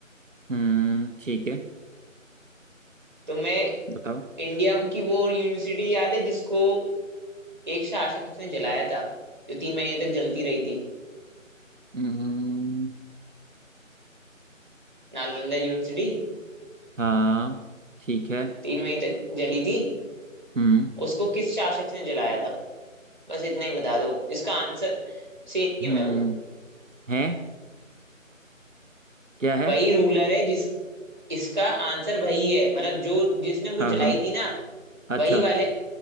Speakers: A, on the right; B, on the right.
A: हम्म ठीक है
B: तुम्हें
A: बताओ
B: इंडिया की वो यूनिवर्सिटी याद है जिसको एक शासक ने जलाया था जो तीन महीने तक जलती रही थी
A: हम्म
B: नालंदा यूनिवर्सिटी
A: हाँ ठीक है
B: तीन महीने तक जली थी
A: हम्म
B: उसको किस शासक ने जलाया था बस इतना ही बता दो इसका आंसर सेम
A: हम्म
B: है वो
A: है क्या है
B: वही रूलर है जिस इसका आंसर वही है मतलब जो जिसने वो
A: हाँ
B: जलाई
A: हाँ
B: थी ना
A: अच्छा
B: वही वाले